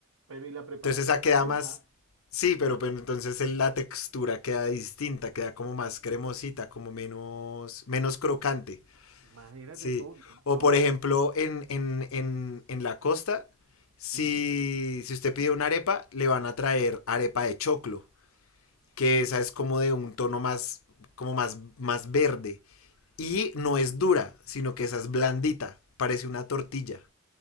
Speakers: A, on the right; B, on the left.
A: pero y la preparación
B: Entonces esa
A: es
B: queda
A: la misma.
B: más... Sí, pero, pero entonces el- la textura queda distinta, queda como más cremosita, como menos, menos crocante.
A: Imagínate
B: Sí.
A: tú,
B: O
A: no.
B: por ejemplo, en, en, en, en la costa, si,
A: ujú.
B: si usted pide una arepa, le van a traer arepa de choclo, que esa es como de un tono más, como más, más verde. Y no es dura, sino que esa es blandita, parece una tortilla.